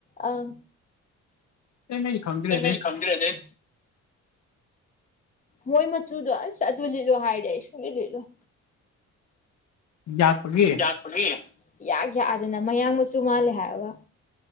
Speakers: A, on the left (about 25°); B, on the left (about 65°).
A: ꯑꯪ
B: ꯑꯇꯩ ꯃꯩꯗꯤ ꯈꯪꯗ꯭ꯔꯦ
A: ꯑꯇꯩꯃꯗꯤ
B: ꯑꯗꯩ
A: ꯈꯡꯗꯔꯦ ꯑꯗꯩ ꯃꯣꯏ ꯃꯆꯨꯗꯣ ꯑꯁ ꯑꯗꯨ ꯂꯤꯠꯂꯣ ꯍꯥꯏꯔꯗꯤ ꯑꯩ ꯁꯨꯂꯤꯠ ꯂꯤꯠꯂꯣꯏ
B: ꯌꯥꯛꯄꯒꯤ
A: ꯌꯥꯛꯄꯒꯤ ꯏꯌꯥꯛ ꯌꯥꯛꯑꯗꯅ ꯗꯅ ꯃꯌꯥꯡ ꯃꯨꯆꯨ ꯃꯥꯜꯂꯤ ꯍꯥꯏꯔꯒ